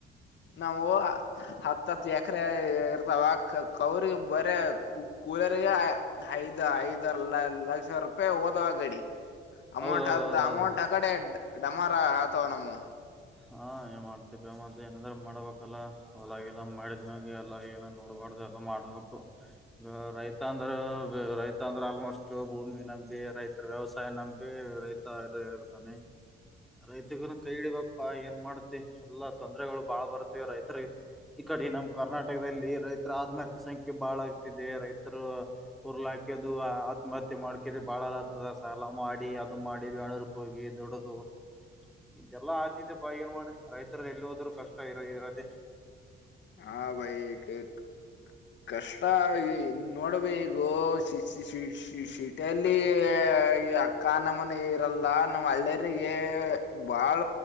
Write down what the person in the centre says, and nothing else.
ಹೌದೌದೌದೌದು
ಹಾ ಏ ಮಾಡ್ತಿಪ ಮ ಏನಾದ್ರ ಮಾಡ್ಬೇಕಲ್ಲ ಹೊಲಾಗಿಲ್ಲ ಮಾಡಿದ್ನಗೆ ಎಲ್ಲ ಏನ ನೋಡ್ಬೇಕ ಕೊಡದೆ ಮಾಡಬೇಕು ರೈತ ಅಂದ್ರ ರೈತ ಅಂದ್ರ ಆಲ್ಮೋಸ್ಟ್ ಭೂಮಿ ನಂಬಿ ರೈತರ ವ್ಯವಸಾಯ ನಂಬಿ ರೈತ ಹೇರ್ತಾನೆ ರೈತಗನ ಕೈ ಹಿಡಬೇಕ್ ಏನ್ ಮಾಡ್ತಿ ಎಲ್ಲಾ ತೊಂದ್ರಗಳು ಬಾಳ ಬರ್ತ್ತವ ರೈತರಿಗೆ ಈ ಕಡೆ ನಮ್ಮ ಕರ್ನಾಟಕದಲ್ಲಿ ರೈತ್ ರ ಆತ್ಮಹತ್ಯೆ ಸಂಖ್ಯೆ ಬಾಳ ಆಗ್ತಿದೆ ರೈತರು ಉರ್ಲ ಹಾಕದು ಆತ್ಮಹತ್ಯೆ ಮಾಡ್ಕಿದೆ ಬಾಳ ತ್ತದ ಸ ಸಾಲಾ ಮಾಡಿ ಅದು ಮಾಡಿ ಬೆಂಗಳೂರು ಕ್ ಹೋಗಿ ದುಡದು ಇದೆಲ್ಲಾ ಆ ಬಾಗಿರ್ ಮಾಡಿ ರೈತರದ ಎಲ್ಲಿಹೋದ್ರು ಕಷ್ಟ ಇರೋ ದೆೇ